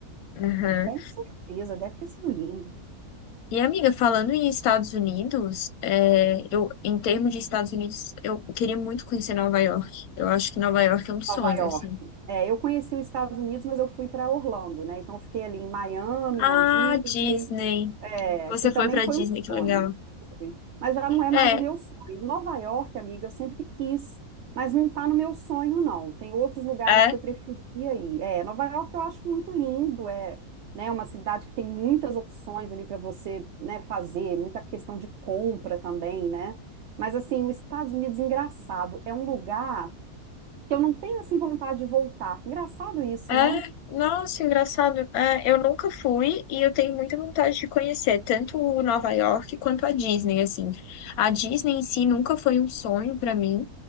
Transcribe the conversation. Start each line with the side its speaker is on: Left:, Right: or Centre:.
Left: Aham.
Right: Com certeza, deve ter sido lindo.
Left: E, amiga, falando em Estados Unidos, é, eu, em termos de Estados Unidos, eu queria muito conhecer Nova York. Eu acho que Nova York é um sonho,
Right: Nova York.
Left: assim.
Right: É, eu conheci os Estados Unidos, mas eu fui para Orlando, né? Então eu fiquei ali em Miami,
Left: Ah,
Right: na Disney,
Left: Disney.
Right: É,
Left: Você
Right: que também
Left: foi pra
Right: foi
Left: Disney,
Right: um
Left: que
Right: sonho,
Left: legal.
Right: foi. mas já não é mais
Left: É,
Right: o meu sonho. Nova York, amiga, eu sempre quis, mas não está no meu sonho, não. Tem outros lugares
Left: é.
Right: que eu preferia ir. É, Nova York eu acho muito lindo, é, né, uma cidade que tem muitas opções ali para você, né, fazer, muita questão de compra também, né? Mas assim, os Estados Unidos, engraçado, é um lugar que eu não tenho assim vontade de voltar. Engraçado isso,
Left: É,
Right: né?
Left: nossa, engraçado. É, eu nunca fui e eu tenho muita vontade de conhecer tanto o Nova York quanto a Disney, assim. A Disney em si nunca foi um sonho pra mim,